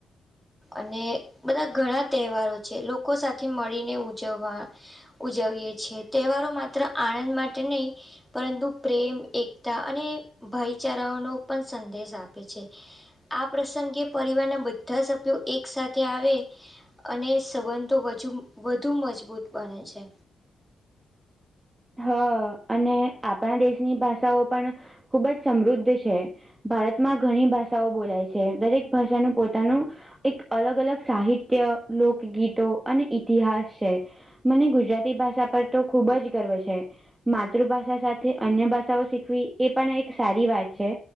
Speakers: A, in the centre; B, on the right.
A: અને બધા ઘણા. તહેવારો છે લોકો સાથે મળીને ઉજવવા. ઉજવીએ છે તહેવારો માત્ર આણંદ માટે નહી. પરંતુ પ્રેમ એકતા અને ભાઈ ચારાઓનો પણ સંદેશ આપે છે. આ પ્રસંગે પરિવારના બધા સભ્યો એક સાથે આવે અને સંબંધો વજુ વધુ મજબૂત બને છે.
B: હ અને આપણા દેશની ભાષાઓ પણ ખુબ જ સમૃદ્ધ છે. ભારતમાં ઘણી ભાષાઓ બોલાય છે દરેક ભાષાનું પોતાનું એક અલગ અલગ સાહિત્ય લોકગીતો અને ઇતિહાસ છે. મને ગુજરાતી ભાષા પર તો ખુબ જ ગર્વ છે. માતૃભાષા સાથે અન્ય ભાષાઓ શીખવી એ પણ એક સારી વાત છે.